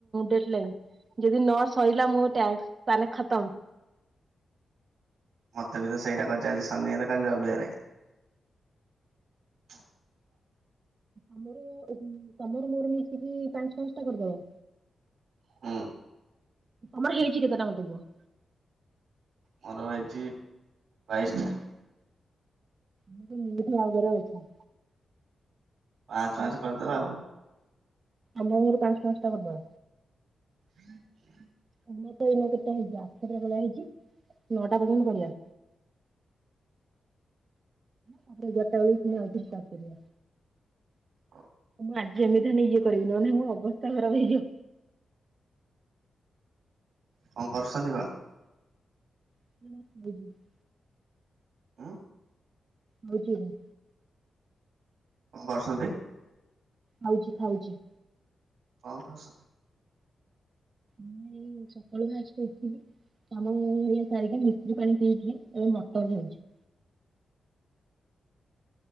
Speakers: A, on the right (about 35°); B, on the right (about 80°).
A: ଡେଟ୍ ଲାଇନ୍। ଯଦି ନ ସରିଲା ମୋ ଟାକ୍ସ ତାହେଲେ ଖତମ୍।
B: ମତେ ବି ତ ସେଇଟା କରିଚ ଆଜି ସନିବାରେ କାଲି ରବିବାରେ। <unintelligible>
A: ଆମର ଏଠି, ତମର ମୋର ମିଶିକି ପାଞ୍ଚ ଛହଶଟା କରିଦବା।
B: ହୁଁ।
A: ତମର ହେଇଛି କେତେଟା ମତେ କୁହ?
B: ମୋର ହେଇଛି ବାଇସ୍ ଟା।
A: ତମେ ତ ମୋଠୁ ଆଗରେ ଅଛ।
B: ପାଞ୍ଚ ପାଞ୍ଚ
A: ମୋର ସାତଟା।
B: କରିଦବା ଆଉ
A: ଆମେ ଆମର ପାଞ୍ଚ ପାଞ୍ଚ ଟା କରିଦବା।
B: ହୁଁ।
A: ତମର ତ ଏଇନା କେତେଟା ହେଇଛି ଆଠଟା ବେଳେ ହେଇଛି ନଅଟା ପର୍ଯ୍ୟନ୍ତ କରିବା। ତାପରେ ଏଗାରଟା ବେଳେ ଆଉ ଥରେ ଷ୍ଟାର୍ଟ କରିବା।
B: ହଁ।
A: ମୁଁ ଆଜି ଯେମିତି ହେଲେ ଇଏ କରିବି, ନହେଲେ ମୋ ଅବସ୍ଥା ଖରାପ ହେଇଯିବ।
B: କଣ କରୁଛନ୍ତି କଣ?
A: <unintelligible>
B: ହୁଁ।
A: ହଉଛି ଏରା।
B: କଣ କରୁଛନ୍ତି?
A: ଖାଉଚି ଖାଉଚି।
B: କଣ ଖାଉଚ?
A: ମୁଁ ଏଇ ସକାଳୁ ଫାଷ୍ଟ ଉଠିଲି। ଆମ ଇଏ ସାରିକି ମିଶ୍ରି ପାଣି ପିଇକି ଆଉ ମଟନ ହୋଉଛି।